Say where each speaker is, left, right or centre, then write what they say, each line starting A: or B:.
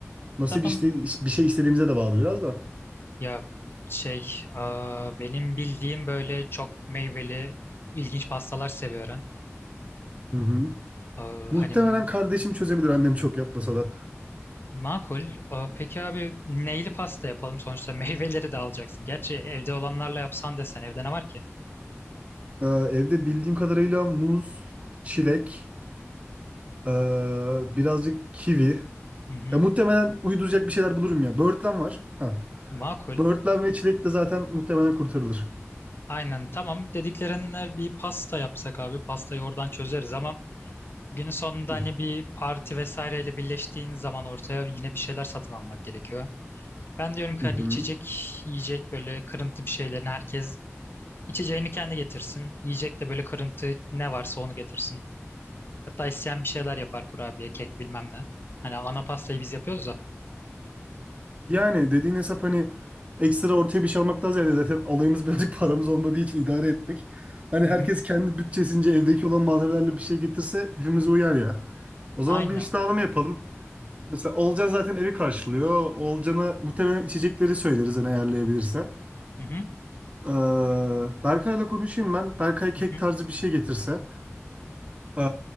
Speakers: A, on the right; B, on the left.
A: Nasıl
B: Tamam.
A: bir, işte, bir şey istediğimize de bağlı biraz da.
B: Ya şey aa, benim bildiğim böyle çok meyveli ilginç pastalar seviyorum.
A: Hı hı.
B: Aa,
A: Muhtemelen
B: hani
A: kardeşim çözebilir annem çok yapmasa da.
B: makul. Aa, peki abi neyli pasta yapalım? Sonuçta <laughs> meyveleri de alacaksın. Gerçi evde olanlarla yapsan desen evde ne var ki?
A: Ee, evde bildiğim kadarıyla muz, çilek, ee, birazcık kivi.
B: Hı hı.
A: Ya muhtemelen uyduracak bir şeyler bulurum ya. Böğürtlen var. Ha.
B: Makul.
A: Böğürtlen ve çilek de zaten muhtemelen kurtarılır.
B: Aynen tamam. Dediklerine bir pasta yapsak abi. Pastayı oradan çözeriz ama günün sonunda
A: Hı
B: hani bir parti vesaireyle birleştiğin zaman ortaya yine bir şeyler satın almak gerekiyor. Ben diyorum ki hani
A: hı.
B: içecek, yiyecek böyle kırıntı bir şeylerini herkes içeceğini kendi getirsin. Yiyecek de böyle kırıntı ne varsa onu getirsin. Hatta isteyen bir şeyler yapar kurabiye, kek bilmem ne. Hani ana pastayı biz yapıyoruz da.
A: Yani dediğin hesap hani ekstra ortaya bir şey almaktan ziyade zaten alayımız <laughs> birazcık paramız olmadığı için idare etmek. Hani
B: Hı
A: herkes
B: hı.
A: kendi bütçesince evdeki olan malzemelerle bir şey getirse hepimize uyar ya. O zaman
B: Aynen.
A: bir iş dağılımı yapalım. Mesela Olcan zaten evi karşılıyor. Olcan'a muhtemelen içecekleri söyleriz hani ayarlayabilirse.
B: Hı hı.
A: Ee, Berkay'la konuşayım ben. Berkay kek
B: Hı hı.
A: tarzı bir şey getirse. Ee,